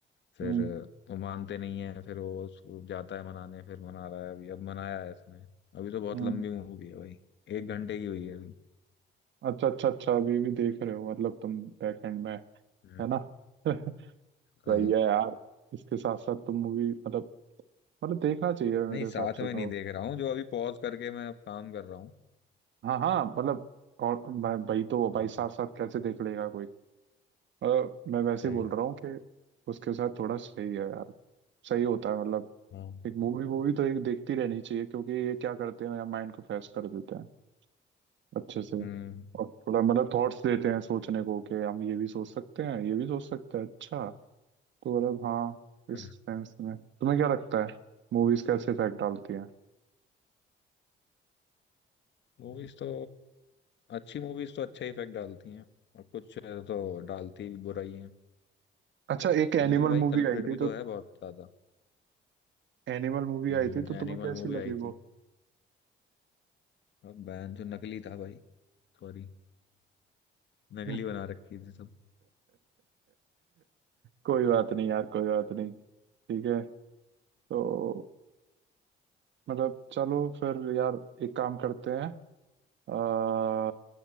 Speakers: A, on the left (about 65°); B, on the right (about 70°).
A: फिर
B: हम्म
A: वो मानते नहीं है फिर वो उसको जाता है मनाने फिर मना रहा है अभी अब मनाया है इसने अभी तो बहुत
B: हम्म
A: लंबी मूवी है भाई एक घंटे की हुई है अभी
B: अच्छा अच्छा अच्छा अभी भी देख रहे हो मतलब तुम बैक एंड में
A: हम्म।
B: है ना <laughs>
A: हाँ
B: सही है यार इसके साथ साथ तुम मूवी मतलब मतलब देखना चाहिए मेरे
A: नहीं
B: हिसाब
A: साथ में
B: से तो
A: नहीं देख रहा हूँ जो अभी पॉज करके मैं अब काम कर रहा हूँ
B: हाँ हाँ मतलब और मैं भाई तो भाई
A: हाँ
B: साथ
A: हाँ,
B: साथ कैसे देख लेगा कोई मतलब मैं वैसे
A: सही
B: ही बोल
A: बात
B: रहा हूँ कि उसके साथ थोड़ा सही है यार सही होता है मतलब
A: हाँ
B: एक मूवी वूवी तो एक देखती रहनी चाहिए क्योंकि ये क्या करते हैं यार माइंड को फ्रेश कर देते हैं अच्छे से
A: हम्म
B: और थोड़ा मतलब थॉट्स देते हैं सोचने को कि हम ये भी सोच सकते हैं ये भी सोच सकते हैं अच्छा तो मतलब हाँ
A: <laughs>
B: इस सेंस में तुम्हें क्या लगता है मूवीज कैसे इफेक्ट डालती हैं
A: मूवीज तो अच्छी मूवीज तो अच्छा इफेक्ट डालती हैं और कुछ तो डालती भी बुरा ही है
B: अच्छा एक
A: मूवी
B: एनिमल
A: भाई
B: मूवी
A: कल्प्रेट
B: आई थी
A: भी
B: तो
A: तो है बहुत ज्यादा
B: एनिमल मूवी
A: हम्म
B: आई थी तो
A: एनिमल
B: तुम्हें कैसी
A: मूवी
B: लगी
A: आई थी
B: वो
A: अब बैन जो नकली था भाई सॉरी नकली
B: <laughs>
A: बना रखी थी सब
B: कोई बात नहीं यार कोई बात नहीं ठीक है तो मतलब चलो फिर यार एक काम करते हैं आ,